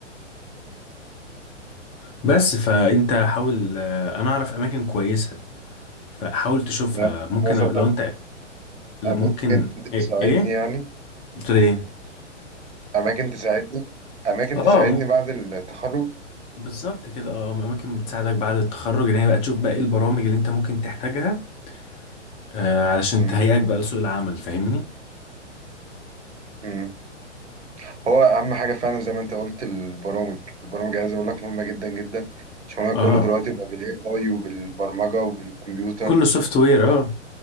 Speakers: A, on the left (about 15°); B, on the right (about 65°).
A: بس فانت حاول آه، انا اعرف اماكن كويسة فحاول تشوفها
B: يعني
A: ممكن
B: مثلا
A: لو انت ممكن
B: أماكن
A: ايه
B: تساعدني
A: ايه
B: يعني
A: قلت له ايه
B: أماكن تساعدني أماكن
A: اه
B: تساعدني
A: ممكن
B: بعد التخرج
A: بالظبط كده اه اماكن بتساعدك بعد التخرج ان هي بقى تشوف بقى ايه البرامج اللي انت ممكن تحتاجها آه علشان
B: مم.
A: تهيئك بقى لسوق العمل فاهمني
B: مم. هو أهم حاجة فعلا زي ما أنت قلت البرامج البرامج عايز أقول لك مهمة جدا جدا شغلنا
A: اه
B: كله دلوقتي بقى بال AI وبالبرمجة وبالكمبيوتر
A: كله سوفت وير اه